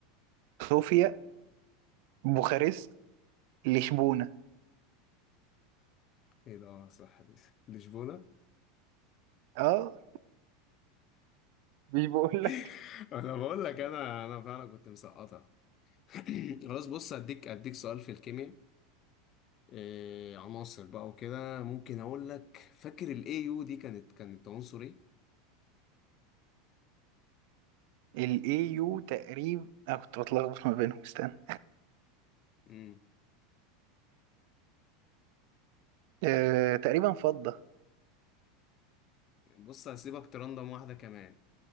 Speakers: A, on the right; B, on the left.
A: صوفيا بوخارست لشبونة
B: ايه ده آه، صح دي لشبونه
A: اه مش بقول
B: <laughs>
A: لك
B: انا بقول لك انا انا فعلا كنت مسقطها <clears throat> <coughs> خلاص بص اديك اديك سؤال في الكيمياء آه، عناصر بقى وكده ممكن اقول لك فاكر الاي يو دي كانت كانت عنصر ايه
A: الاي يو تقريبا انا كنت بتلخبط ما بينهم استنى
B: امم
A: آه تقريبا فضة
B: بص هسيبك ترندم واحده كمان